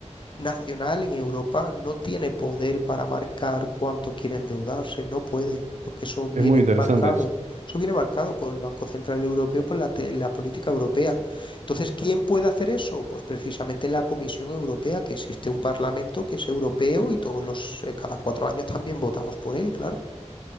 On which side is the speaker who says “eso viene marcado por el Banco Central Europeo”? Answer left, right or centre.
Left